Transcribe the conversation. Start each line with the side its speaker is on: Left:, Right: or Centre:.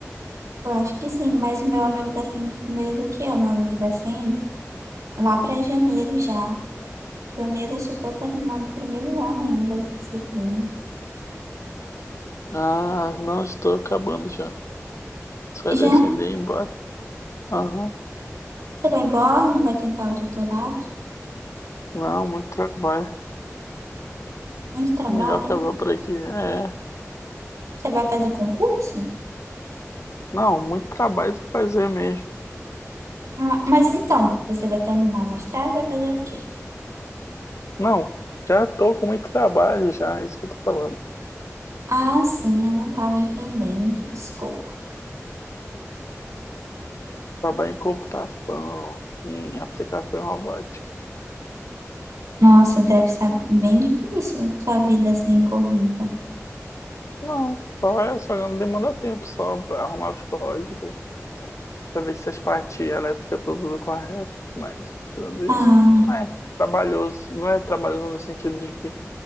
Right: Eu acho que sim, mas o meu amigo defende primeiro do que eu. Meu amigo defende lá para janeiro já. Janeiro eu só estou terminando o primeiro ano ainda de disciplina.
Left: Ah, não, estou acabando já. Você vai
Right: Já
Left: defender e ir embora. Aham.
Right: você vai embora, não vai tentar o doutorado,
Left: Não, muito trabalho.
Right: muito trabalho.
Left: Melhor acabar por aqui. É.
Right: Você vai fazer concurso?
Left: Não, muito trabalho pra fazer mesmo.
Right: Ah, mas então, você vai terminar o mestrado, vai fazer o quê?
Left: Não, já tô com muito trabalho já, é isso que eu tô falando.
Right: Ah, sim, eu não estava entendendo, desculpa.
Left: Trabalho em computação, em aplicação robótica.
Right: Nossa, deve ser bem difícil sua vida assim corrida.
Left: Não, só é, só não demanda tempo só pra arrumar os códigos, pra ver se as partes elétricas estão tudo correto. Mas, tirando isso,
Right: Ah,
Left: não é trabalhoso. Não é trabalhoso no sentido de que